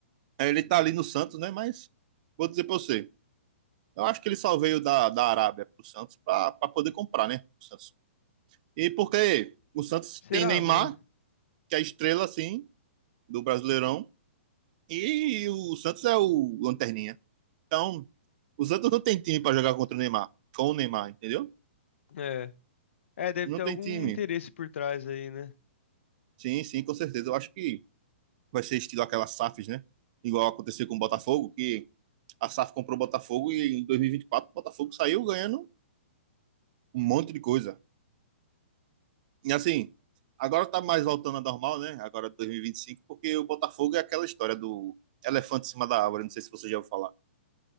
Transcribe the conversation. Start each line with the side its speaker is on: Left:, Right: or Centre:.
Right: É, Ele tá ali no Santos, né, mas vou dizer pra você. Eu acho que ele só veio da, da Arábia pro Santos pra, pra poder comprar, né, o Santos. E porque o Santos
Left: Será,
Right: tem Neymar,
Left: mano?
Right: que é a estrela, assim, do Brasileirão, e o Santos é o lanterninha. Então, o Santos não tem time pra jogar contra o Neymar, com o Neymar, entendeu?
Left: É. É, deve
Right: Não
Left: ter
Right: tem
Left: algum
Right: time.
Left: interesse por trás aí, né?
Right: Sim, sim, com certeza. Eu acho que vai ser estilo aquela SAFs, né? Igual aconteceu com o Botafogo, que a SAF comprou o Botafogo e em 2024 o Botafogo saiu ganhando um monte de coisa. E assim, agora tá mais voltando a normal, né? Agora 2025, porque o Botafogo é aquela história do elefante em cima da árvore, não sei se você já ouviu falar.